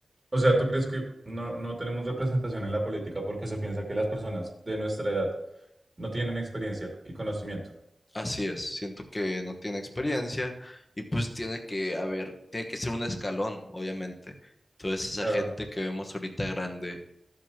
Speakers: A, on the right; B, on the left.
A: O sea, ¿tú crees que no, no tenemos representación en la política porque se piensa que las personas de nuestra edad no tienen experiencia y conocimiento?
B: Así es, siento que no tiene experiencia y pues tiene que haber, tiene que ser un escalón, obviamente. Entonces esa
A: Claro,
B: gente que vemos ahorita grande,